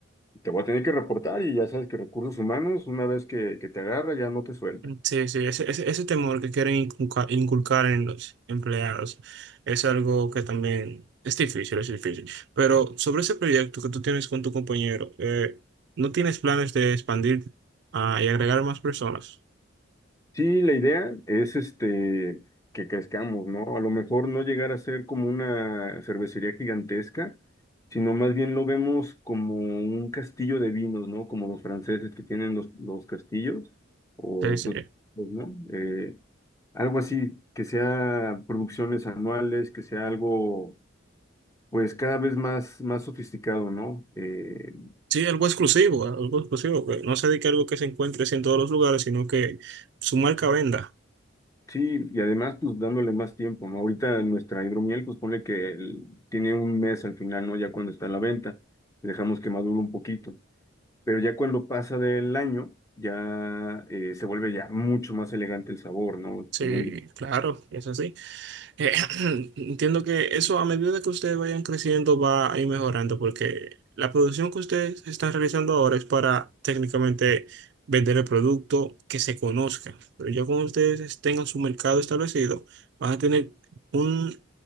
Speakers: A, on the left; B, on the right.
A: te voy a tener que reportar y ya sabes que recursos humanos, una vez que, que te agarra, ya no te suelta.
B: Sí, sí, ese, ese, ese temor que quieren inculca- inculcar, en los empleados es algo que también es difícil, es difícil. Pero sobre ese proyecto que tú tienes con tu compañero, eh, ¿no tienes planes de expandir ah, y agregar más personas?
A: Sí, la idea es este que crezcamos, ¿no? A lo mejor no llegar a ser como una cervecería gigantesca, sino más bien lo vemos como un castillo de vinos, ¿no? Como los franceses que tienen los, los castillos, o
B: Sí, sí.
A: pues, pues, ¿no? Eh, algo así, que sea producciones anuales, que sea algo, pues cada vez más, más sofisticado, ¿no? Eh,
B: Sí, algo exclusivo, algo exclusivo, que no se dedique a algo que se encuentre así en todos los lugares, sino que su marca venda.
A: Sí, y además, pues dándole más tiempo, ¿no? Ahorita nuestra hidromiel, pues pone que el- tiene un mes al final, ¿no? Ya cuando está a la venta, dejamos que madure un poquito. Pero ya cuando pasa del año, ya eh, se vuelve ya mucho más elegante el sabor, ¿no?
B: Sí,
A: Como un-
B: claro, es así. Eh, <clears throat> entiendo que eso a medida que ustedes vayan creciendo va a ir mejorando porque la producción que ustedes están realizando ahora es para técnicamente vender el producto que se conozca. Pero ya cuando ustedes tengan su mercado establecido, van a tener un,